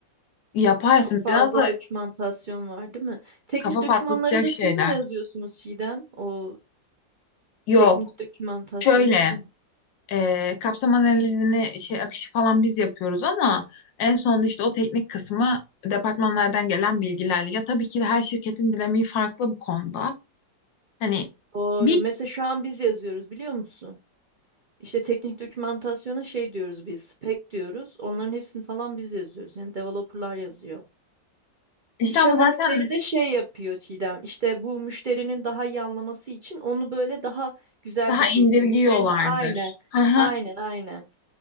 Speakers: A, on the left; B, on the right.
A: yaparsın.
B: Çok fazla
A: Biraz da
B: dokümantasyon var, değil mi? Teknik
A: kafa
B: dokümanları
A: patlatacak
B: da
A: şeyler.
B: siz mi yazıyorsunuz Çiğdem? O
A: Yok.
B: teknik dokümantasyonu
A: Şöyle
B: siz mi?
A: e, kapsam analizini şey akışı falan biz yapıyoruz ama en sonunda işte o teknik kısmı departmanlardan gelen bilgilerle. Ya tabii ki de her şirketin dinamiği farklı bu konuda. Hani
B: Doğru.
A: bir
B: Mesela şu an biz yazıyoruz biliyor musun? İşte teknik dokümantasyona şey diyoruz biz, spec diyoruz. Onların hepsini falan biz yazıyoruz. Yani developerlar yazıyor.
A: İşte
B: İş
A: ama
B: analistleri
A: zaten
B: de şey yapıyor Çiğdem. İşte bu müşterinin daha iyi anlaması için onu böyle daha güzel
A: daha
B: bir
A: indirgiyorlardır.
B: dille. Müşterinin aynen,
A: Hı hı.
B: aynen, aynen.